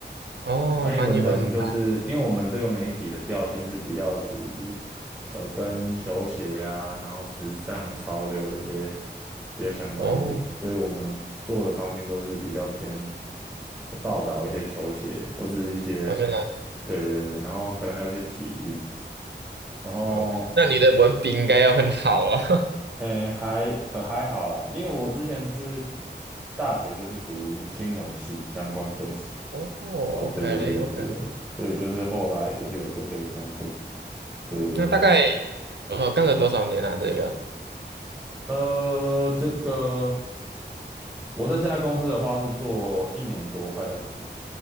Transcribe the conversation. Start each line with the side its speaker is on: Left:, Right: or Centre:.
Right: 哦翻译文
Centre: 翻译文章就是因为我们这个媒体的调性是比较属于，呃，跟球鞋啊，然后时尚潮流这些比较相关一点，
Right: 档哦
Centre: 所以我们做的方面都是比较偏，呃，报道一些球鞋或是一些，
Right: 哦，原来
Centre: 对对对，然后可能还有一些体育。然后
Right: 好，那你的文笔应该要很好哦。<laughs>
Centre: 诶，还呃还好啦，因为我之前是大学就是读新闻系相关科系，
Right: 哦
Centre: 哦，对对对对对对，
Right: ，OK OK，
Centre: 所以就是后来就是有做这个工作，对对对，
Right: 那大概呃干了多少年啊？这个
Centre: 呃，这个我在这家公司的话是做一年多，快两年，